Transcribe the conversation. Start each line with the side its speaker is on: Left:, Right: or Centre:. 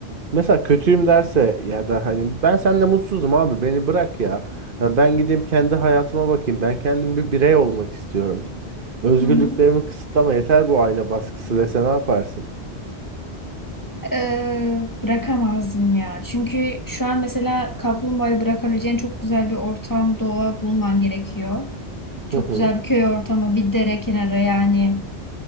Right: Mesela kötüyüm derse ya da hani ben seninle mutsuzum abi beni bırak ya. Ya Ben gideyim kendi hayatıma bakayım. Ben kendim bir birey olmak istiyorum. Özgürlüklerimi
Left: Hı hı.
Right: kısıtlama yeter bu aile baskısı dese ne yaparsın?
Left: Ee, bırakamazdım ya. Çünkü şu an mesela kaplumbağayı bırakabileceğin çok güzel bir ortam, doğa bulman gerekiyor. Çok
Right: Hı hı.
Left: güzel bir köy ortamı, bir dere kenarı yani.